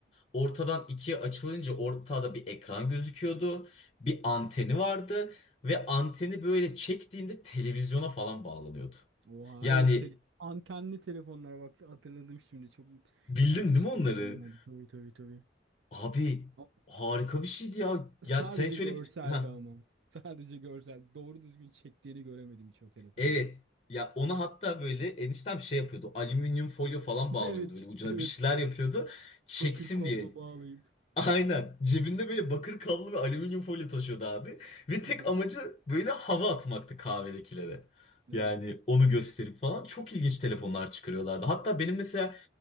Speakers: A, on the left; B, on the right.
A: Ortadan ikiye açılınca ortada bir ekran gözüküyordu. Bir anteni vardı ve anteni böyle çektiğinde televizyona falan bağlanıyordu.
B: Oha
A: Yani
B: evet te- antenli telefonlar bak hatırladım şimdi çok
A: bildin
B: ilginç
A: değil mi
B: telefonlardı
A: onları?
B: tabii tabii tabii.
A: Abi
B: Ama
A: harika bir şeydi ya. Ya
B: Sadece
A: sen şöyle
B: görseldi
A: bir... Ha,
B: ama. Sadece görsel. Doğru düzgün çektiğini göremedim hiç o telefonları.
A: evet. Ya onu hatta böyle eniştem şey yapıyordu. Alüminyum folyo falan
B: <laughs>
A: bağlıyordu
B: Evet,
A: böyle ucuna
B: evet.
A: bir şeyler yapıyordu. Çeksin
B: Bakır kablo
A: diye.
B: bağlayıp.
A: Aynen. Cebinde böyle bakır kablo ve alüminyum folyo taşıyordu abi. Ve tek
B: Evet,
A: amacı böyle hava atmaktı kahvedekilere.
B: evet.
A: Yani onu gösterip falan. Çok ilginç telefonlar çıkarıyorlardı. Hatta benim mesela